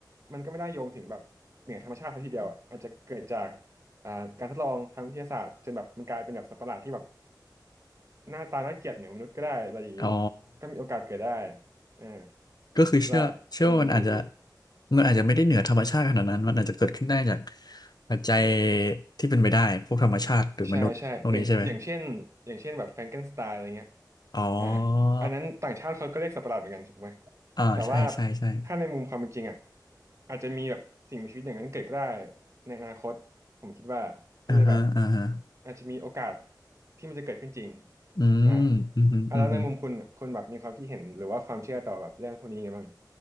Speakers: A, on the right; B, on the left.
A: มันก็ไม่ได้โยงถึงแบบเหนือธรรมชาติซะทีเดียวอะอาจจะเกิดจากอ่าการทดลองทางวิทยาศาสตร์จนแบบมันกลายเป็นแบบสัตว์ประหลาดที่แบบหน้าตาน่าเกลียดเหนือมนุษย์ก็ได้อะไรอย่างนี้
B: อ๋อ
A: ก็มีโอกาสเกิดได้อ่า
B: ก็คือเชื่อเชื่อว่ามันอาจจะ
A: ผมคิดว่าในมุมผมอย่างนี้
B: มันอาจจะไม่ได้เหนือธรรมชาติขนาดนั้นมันอาจจะเกิดขึ้นได้จากปัจจัยที่เป็นไปได้พวกธรรมชาติหรือมนุษย์ตรงนี้ใช่ไหม
A: ใช่ใช่อย่างอย่างเช่นอย่างเช่นแบบแฟรงเกนสไตล์อะไรเงี้ย
B: อ๋อ
A: อ่าอันนั้นต่างชาติเขาก็เรียกสัตว์ประหลาดเหมือนกันถูกไหม
B: อ่าใช่ใช่ใช่
A: แต่ว่าถ้าในมุมความเป็นจริงอ่ะอาจจะมีแบบสิ่งมีชีวิตอย่างนั้นเกิดก็ได้ในอนาคตผมคิดว่าก็เลยแบบ
B: อ่าฮะอ่าฮะ
A: อาจจะมีโอกาสที่มันจะเกิดขึ้นจริง
B: อืมอืมอืม
A: อ่าอ่ะแล้วในมุมคุณคุณแบบมีความคิดเห็นหรือว่าความเชื่อต่อแบบเรื่องพวกนี้ไงบ้าง